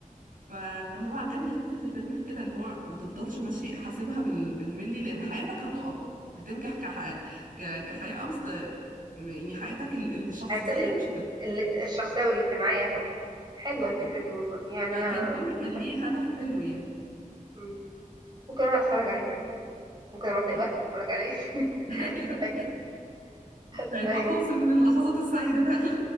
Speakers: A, on the right; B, on the right.
A: ف- فهو عجبني فكرة الفيلم في كده اللي هو ما تفضلش ماشي حاسبها بال- بالملي لأن حياتك هتقف هتنجح كح... ك... كحياة آه، بس آه، يعني حياتك ال- الشخصية
B: هت... ال...
A: مش هتنجح
B: ال- الشخصيه والاجتماعيه طبعا حلوه الفكره
A: اه
B: دي والله يعني
A: فكان
B: انا
A: فيلم
B: ممكن
A: كان ليه هدف حلو يعني
B: مم. ممكن اروح اتفرج عليه فعلا ممكن اروح دلوقتي
A: تمام.
B: اتفرج عليه <laughs>
A: <laughs> ايوه
B: طيب <laughs>
A: هيبقى
B: طيب
A: فاصل من اللحظات السعيدة فعلا